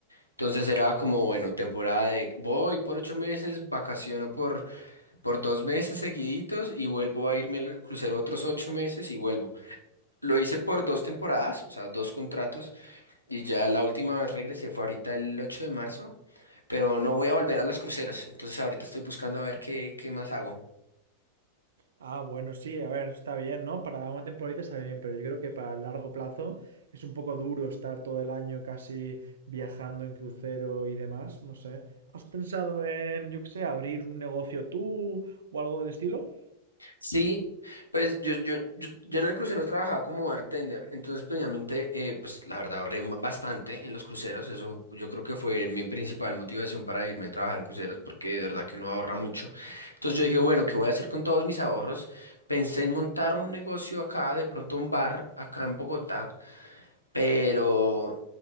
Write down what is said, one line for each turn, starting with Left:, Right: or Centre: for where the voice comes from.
Left: Entonces era como, bueno, temporada de voy por ocho meses, vacaciono por, por dos meses seguiditos y vuelvo a irme al crucero otros ocho meses y vuelvo. Lo hice por dos temporadas, o sea, dos contratos. Y ya la última vez regresé fue ahorita el 8 de marzo, pero no voy a volver a los cruceros. Entonces ahorita estoy buscando a ver qué, qué más hago.
Right: Ah, bueno, sí, a ver, está bien, ¿no? Para una temporadita está bien, pero yo creo que para el largo plazo es un poco duro estar todo el año casi viajando en crucero y demás, no sé. ¿Has pensado en, yo qué sé, abrir un negocio tú o algo del estilo?
Left: Sí, pues yo, yo, yo, yo en el crucero trabajaba como bartender, entonces precisamente, eh, pues la verdad ahorré ma- bastante en los cruceros, eso yo creo que fue mi principal motivación para irme a trabajar en cruceros, porque de verdad que uno ahorra mucho. Entonces yo dije, bueno, ¿qué voy a hacer con todos mis ahorros? Pensé en montar un negocio acá, de pronto un bar acá en Bogotá, pero...